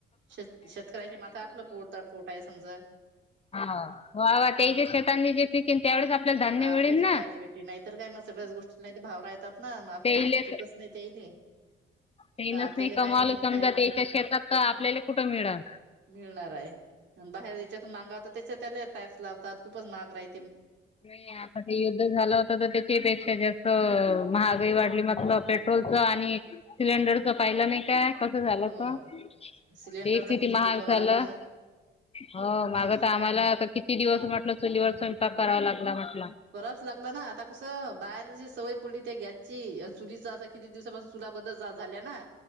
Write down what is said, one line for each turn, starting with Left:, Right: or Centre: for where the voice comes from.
Right: श शेतकऱ्याच्या माथा आपलं पो पोट आहे समजा
Left: ह वा वा ते
Right: ती
Left: जे शेतांनी जे पिकेन त्यावेळेसआपल्याला धान्य
Right: आपल्याला
Left: मिळेल ना
Right: खायला भेटते नाही तर काय मग सगळ्याच गोष्टींना इथ भाव रायतात. न मान
Left: तेले
Right: पिकस नाही तेईले,
Left: तेनच
Right: त आपल्याला
Left: नाही कमावलं
Right: काय भेटन
Left: समजा
Right: खायले.
Left: त्याच्या शेतात तर आपल्याला कुठं मिळल.
Right: मिळणार आहे आणि बाहेर याच्यातून मगा व तर त्याच्यात. त्याले टॅक्स लावतात खूपच माहग राही
Left: नाही आता ते युद्ध झालं होत, तर त्याच्याही पेक्षा जास्त, तअ महागाई वाढली मातलं पेट्रोलचं आणि सिलेंडरच पाहिलं नाही का, कस झालं
Right: हो
Left: का,
Right: सिलेंडरचा
Left: ते किती महाग
Right: तुटवा
Left: झालं.
Right: आला
Left: हो माग
Right: नाहीतर
Left: तर आम्हाला
Right: काय
Left: आता किती दिवस म्हटलं चुलीवर स्वयंपाक करावा लागला म्हट
Right: करावच लागलं ना आता कसं बाहेरची सवय पडी त्या गॅसची चुलीच अस किती दिवसापासून चुला बंद झा झाल्या ना,